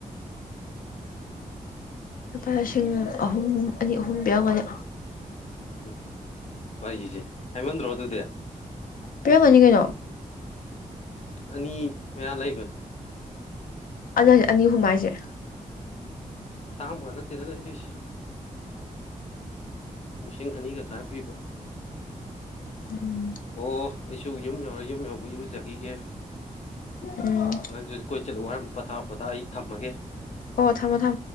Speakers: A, on the left; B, on the left.
A: ꯂꯨꯄꯥ ꯂꯤꯁꯤꯡ ꯑꯍꯨꯝ ꯑꯅꯤ ꯑꯍꯨꯝ ꯄꯤꯔꯝꯒꯅꯤ
B: ꯎꯝ ꯋꯥꯔꯤꯁꯦ ꯍꯥꯏꯃꯟꯗ꯭ꯔꯣ ꯑꯗꯨꯗꯤ
A: ꯄꯤꯔꯝꯒꯅꯤ ꯀꯩꯅꯣ
B: ꯎꯝ ꯑꯅꯤ ꯃꯌꯥ ꯂꯩꯕꯅꯦ
A: ꯑꯗꯨꯅ ꯑꯅꯤ ꯑꯍꯨꯡ ꯍꯥꯏꯁꯦ
B: ꯑꯇꯥꯡꯕꯒ ꯅꯠꯇꯦꯗ ꯂꯩꯗꯣꯏꯁ ꯂꯤꯁꯤꯡ ꯑꯅꯤꯒ ꯈꯔ ꯄꯤꯕ
A: ꯎꯝ
B: ꯑꯣ ꯑꯩꯁꯨ ꯌꯨꯝ ꯌꯧꯔ ꯌꯨꯝ ꯌꯧꯕ ꯏꯔꯨꯖꯈꯤꯒꯦ
A: ꯎꯝ
B: ꯅꯪꯁꯨ ꯀ‌ꯣꯏ ꯆꯠꯂꯨ ꯋꯥꯔ ꯄꯣꯊꯥ ꯄꯣꯊꯥ ꯑꯩ ꯊꯝꯃꯒꯦ
A: ꯑꯣ ꯊꯝꯃꯣ ꯊꯝꯃꯣ